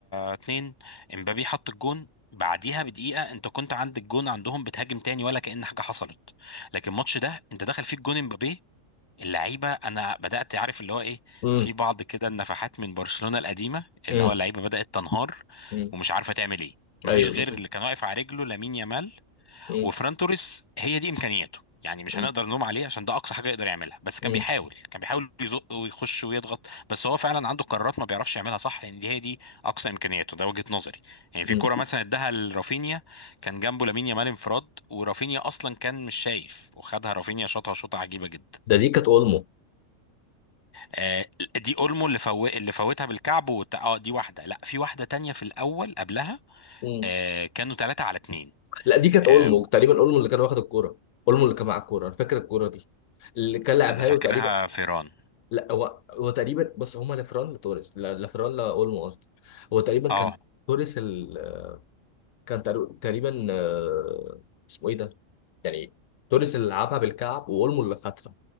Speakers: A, on the left; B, on the left.
A: اتنين امبابي حط الجون بعديها بدقيقة انت كنت عند الجون عندهم بتهاجم تاني ولا كأن حاجة حصلت لكن الماتش ده انت دخل فيه الجون امبابي اللعيبة انا بدأت عارف اللي هو ايه
B: مم،
A: في بعض كده النفحات من برشلونة القديمة
B: مم،
A: اللي هو اللعيبة بدأت تنهار
B: مم.
A: ومش عارفة تعمل ايه مفيش
B: ايوه
A: غير
B: بالظبط
A: اللي كان واقف على رجله لامين يامال
B: مم،
A: وفران توريس هي دي امكانياته يعني مش
B: مم،
A: هنقدر نلوم عليه عشان ده اقصى حاجه يقدر يعملها بس كان
B: مم،
A: بيحاول كان بيحاول يزق ويخش ويضغط بس هو فعلا عنده قرارات ما بيعرفش يعملها صح لان دي هي دي اقصى امكانياته ده وجهه نظري يعني في
B: مم.
A: كوره مثلا اداها لرافينيا كان جنبه لامين يامال انفراد ورافينيا اصلا كان مش شايف وخدها رافينيا شاطها شوطه عجيبه جدا
B: ده دي كانت اولمو
A: آه، دي اولمو اللي فو... اللي فوتها بالكعب وت... اه دي واحده لا في واحده تانية في الاول قبلها
B: مم.
A: آه، كانوا ثلاثة على اتنين
B: لا دي كانت
A: آه،
B: اولمو تقريبا اولمو اللي كان واخد الكوره اولمو اللي كان معاه الكوره أنا فاكر الكوره دي اللي كان لعبها
A: انا فاكرها
B: له تقريبا
A: فيران
B: لا هو هو تقريبا بص هما لفران لتوريس لا- لفران لاولمو قصدي هو تقريبا
A: اه
B: كان توريس ال... كان تقر- تقريبا آه، اسمه ايه ده يعني توريس اللي لعبها بالكعب واولمو اللي خدها